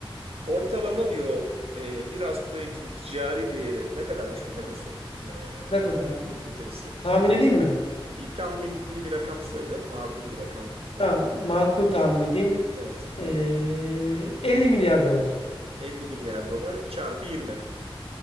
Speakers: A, on the right; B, on the left.
A: ortalama diyor e, bir asteroidin ticari değeri ne kadarmış biliyor musun? E,
B: Ne kadar abi?
A: getirisi.
B: Tahmin edeyim mi?
A: Bir tahminli bir rakam söyle. Makul bir rakam olmalı.
B: Tamam, makul tahmin edeyim.
A: Evet.
B: Ee, 50 milyar dolar.
A: 50 milyar dolar çarpı 20.